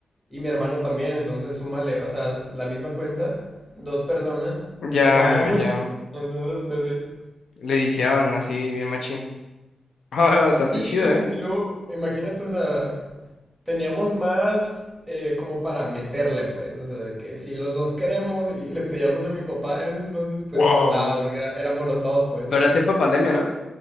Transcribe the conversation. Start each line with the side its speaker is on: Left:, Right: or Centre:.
Centre: Y mi hermano también, entonces súmale, o sea, la misma cuenta, dos personas
Left: Ya,
Centre: que jugaban mucho.
Left: ya.
Centre: Entonces, pues sí.
Left: Le viciaban así, bien machín. <laughs> Ay, bastante
Centre: Sí, y
Left: chido, ¿eh?
Centre: luego, imagínate, o sea, teníamos más eh, como para meterle, pues, o sea, de que si los dos queremos y le pedíamos a mi papá en ese entonces, pues
Left: Wow.
Centre: sí nos daba, porque era- éramos los dos, pues, ¿sabes?
Left: Pero era tiempo de pandemia, ¿no?